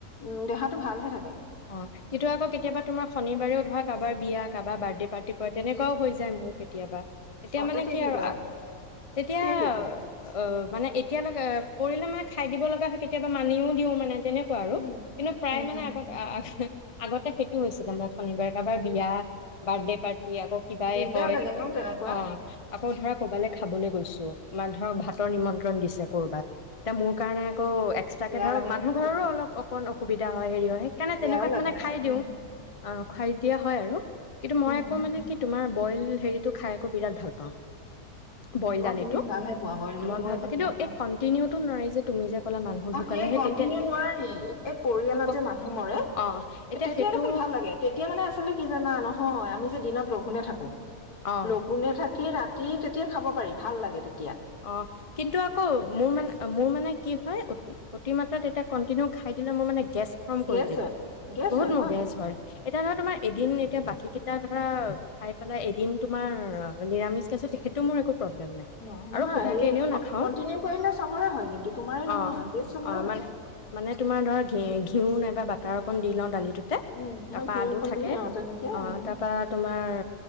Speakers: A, on the left; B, on the left.
A: উ দেহাটো ভালহে থাকে
B: অ কিন্তু আকৌ কেতিয়াবা তোমাৰ শনিবাৰেও ধৰা কাৰোবাৰ বিয়া কাৰবাৰ বাৰ্থডে পাৰ্টি কৰা তেনেকুৱাও হৈ যায় মোৰ কেতিয়াবা এতিয়া
A: অ
B: মানে
A: তেতিয়া
B: কি আৰু
A: কৰা
B: তেতিয়া
A: কি কৰা
B: অ মানে এতিয়ালৈকে পৰিলে মানে খাই দিব লগা হয় কেতিয়াবা মানিও দিও মানে তেনেকুৱা আৰু
A: উম,
B: কিন্তু প্ৰায়
A: উম,
B: মানে
A: উম,
B: আগত আগতে সেইটো হৈছিলে মই শনিবাৰে কাৰোবাৰ বিয়া বাৰ্থডে পাৰ্টি আকৌ কিবাই
A: দিগদাৰ
B: হয়
A: লাগে ন তেনেকুৱা
B: অ আকৌ ধৰা কবালে খাবলৈ গৈছো মানে ধৰক ভাতৰ নিমন্ত্ৰণ দিছে কৰবাত এয়া মোৰ কাৰণে আকৌ এক্সট্ৰাকে
A: বেয়া
B: ধৰক
A: লাগে
B: মানুহ
A: নহয়
B: ঘৰৰো
A: কবলৈ
B: অল অকণ সুবিধা হয় হেৰি হয় সকাৰণে
A: বেয়াও
B: তেনেকুৱাত
A: লাগে
B: মানে খাই দিওঁ
A: উম,
B: অ খাই দিয়া হয় আৰু কিন্তু মই
A: উম,
B: একো
A: উম,
B: মানে
A: উম,
B: কি তোমাৰ বইল হেৰিটো খাই আকো বিৰাট ভাল পাওঁ বইল
A: অ',
B: দালিটো
A: তুমি ভালহে পোৱা বইলটো
B: নোৱাৰি
A: মই ইমান বেয়া পাওঁ
B: যে তুমি যে ক'লা মানুহ
A: অ
B: ঢুকালে
A: সেই কন্টিনিউ
B: তেতিয়া
A: নোৱাৰি এই পৰিয়ালত
B: এক-
A: যে মানুহ সোমৰে
B: অ' এতিয়া
A: তেতিয়া
B: সেইটো
A: দেখোন ভাল লাগে তেতিয়া মানে আচলতে কি জানা নহয় আমি যে দিনত লঘোনে থাকো
B: অ'
A: লঘোনেে থাকি ৰা তেতিয়া খাব পাৰি ভাল লাগে তে
B: অ কিন্তু আকৌ মোৰ মানে মোৰ মানে কি হয় অ মাত্ৰাত তেতিয়া কন্টিনিউ খাই দিলে মোৰ মানে গেছ ফম কৰি
A: গেছ
B: দিয়ে
A: হয়, গেছ
B: বহুত
A: হয়,
B: মগেজ হয় এতিয়া ধ তোমাৰ এদিন এতিয়া বাকী কেইটা ধৰা খাই পেলাই এদিন তোমাৰ নিৰামিষ গেছো তেখেইটো মোৰ একো প্ৰব্লেম নাই
A: অ', নহয়
B: আৰু সুধাকে
A: হেৰি
B: এনেও নাখাওঁ
A: কন্টিনউ কৰিলে চহৰে হয় কিন্তু তোমাৰে
B: অ
A: নহয় কে চহৰে
B: অ
A: হয়
B: মানে মানে তোমাৰ ধৰা ঘি ঘিউ নাইবা বাটাৰ অক দি লওঁ দালি
A: উম
B: তাপা
A: ন ঘিউ
B: আলো
A: অকণ
B: থাকে
A: দিয়ে অ তেনেকে
B: অঁ
A: উম
B: তাপা তোমাৰ